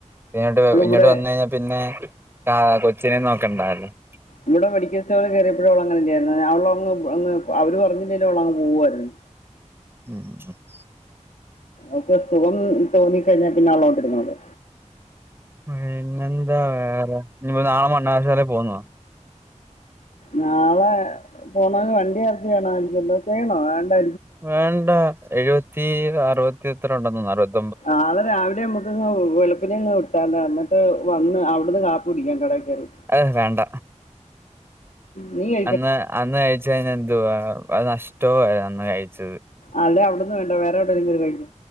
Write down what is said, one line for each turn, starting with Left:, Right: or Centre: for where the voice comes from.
Right: ഇങ്ങട്ട് ഇങ്ങട്ട്
Left: കൂടെ
Right: വന്നു കഴിഞ്ഞാൽ പിന്നെ ആ. കൊച്ചിനെ നോക്കണ്ടാ <unintelligible>
Left: ഇവിടെ മെഡിക്കൽ സ്റ്റോറിൽ കയറിയപ്പഴും അവളങ്ങനന്നെയായിരുന്നു അവൾ അങ്ങ് അങ്ങ് അവരു പറഞ്ഞില്ലേലും അവിളങ്ങ് പോവുമായിരുന്നു.
Right: <unintelligible>
Left: ഓക്കൊരുസുഖം തോന്നിക്കഴിഞ്ഞാൽ പിന്നെ അവളവിട്ടിരന്നോള്
Right: പിന്നെന്താ വേറെ ഇനിയിപ്പ നാളെ മണ്ണാറശാലയിൽപോകുന്നോ
Left: നാളെ പോണ വണ്ടി അറേഞ്ചു ചെയ്യണാരിക്കല്ലോ വേണോ വേണ്ടാ
Right: വേണ്ട എഴുപത്തി അറുപത്തി എത്രണ്ടന്ന് തോന്നുന്നു അറുപ
Left: ആളെ രാവിലെ മു- <unintelligible> വെളുപ്പിന് ഉട്ടാണ്ട എന്നിട്ട് വന്ന്. അവിടുന്ന് കാപ്പി കുടിക്കാൻ കടേ കേറി.
Right: അത് വേണ്ട.
Left: നീയ്
Right: അന്ന് അന്ന് കഴിച്ചത് പിന്നെന്തു വാ? അത് നഷ്ടവാ അന്ന് കഴിച്ചത്.
Left: അല്ലെ അവിട്ന്ന് വേണ്ട വേറെവിടെങ്കിലും പോയി കഴിക്കാ